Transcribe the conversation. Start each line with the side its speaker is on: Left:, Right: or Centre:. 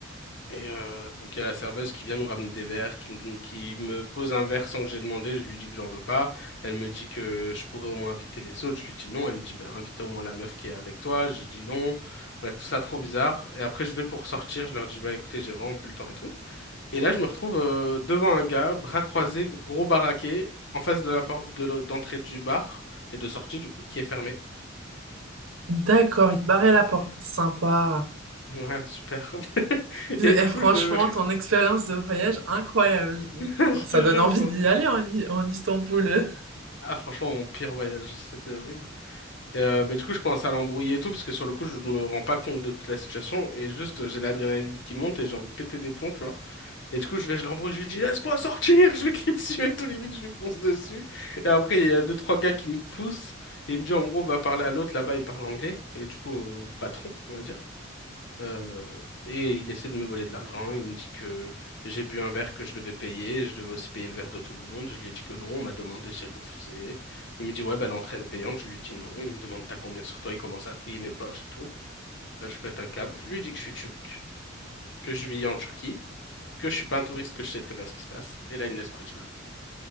Left: Et euh, donc il y a la serveuse qui vient nous ramener des verres, qui me, qui me pose un verre sans que j'ai demandé, je lui dis que j'en veux pas, elle me dit que je pourrais au moins inviter les autres, je lui dis non, elle me dit ben invite au moins la meuf qui est avec toi, je dis non, bref tout ça trop bizarre, et après je vais pour sortir, je leur dis bah écoutez j'ai vraiment plus le temps et tout, et là je me retrouve euh, devant un gars, bras croisés, gros baraqué, en face de la porte de l'o- d'entrée du bar, et de sortie du coup, qui est fermée.
Right: D'accord, il te barrait la porte. Sympa.
Left: Ouais, super. <laughs>
Right: <laughs> Et
Left: Et du
Right: franchement,
Left: coup, je,
Right: ton expérience de voyage, incroyable. Je-
Left: <laughs> je
Right: Ça
Left: te
Right: donne
Left: jure,
Right: envie
Left: enfin,
Right: d'y aller en, I- en Istanbul. <laughs>
Left: ah franchement, mon pire voyage, c'était horrible. Et, euh, bah, du coup, je commence à l'embrouiller et tout, parce que sur le coup, je me rends pas compte de toute la situation, et juste, euh, j'ai l'adrénaline qui monte, et j'ai envie de péter des plombs, tu vois. Et du coup, je vais, je l'embrouille, je lui dis, laisse-moi sortir, <laughs> je lui crie dessus, et tout, limite, je lui fonce dessus. Et après, il y a deux, trois gars qui me poussent, et il me dit, en gros, va parler à l'autre, là-bas, il parle anglais, et du coup, au patron, on va dire. Euh, et il essaie de me voler de l'argent. Il me dit que j'ai bu un verre que je devais payer. Je devais aussi payer le verre de tout le monde. Je lui ai dit que non. On m'a demandé, j'ai refusé. Il me dit, ouais, bah, l'entrée elle est payante. Je lui dis non. Il me demande, t'as combien sur toi? Il commence à fouiller mes poches et tout. Euh, je pète un câble. Je lui dis que je suis turc, que je vis en Turquie, que je suis pas un touriste, que je sais très bien ce qui se passe. Et là, il me laisse partir.